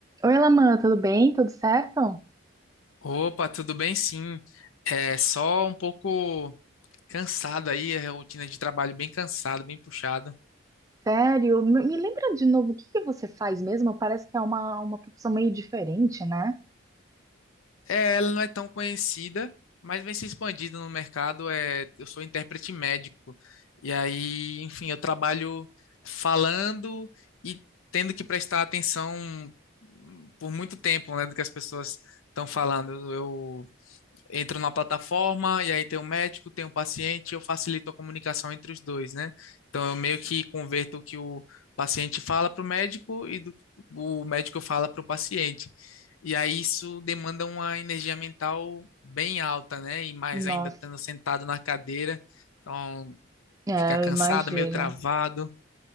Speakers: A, on the right (about 15°); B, on the left (about 85°).
A: Oi, Laman, tudo bem? Tudo certo?
B: Opa, tudo bem? Sim. É só um pouco cansado aí, a rotina de trabalho bem cansada, bem puxada.
A: Sério? Me me lembra de novo o que que você faz mesmo? Parece que é uma, uma profissão meio diferente, né?
B: É, ela não é tão conhecida, mas vem se expandindo no mercado. É, eu sou intérprete médico. E aí, enfim, eu trabalho falando e tendo que prestar atenção por muito tempo, né, do que as pessoas estão falando. Eu entro na plataforma e aí tem o médico, tem o paciente, eu facilito a comunicação entre os dois, né? Então eu meio que converto o que o paciente fala para o médico e do, o médico fala para o paciente. E aí isso demanda uma energia mental bem alta, né? E mais
A: Nossa,
B: ainda estando sentado na cadeira, então
A: é,
B: fica cansado,
A: eu imagino.
B: meio travado.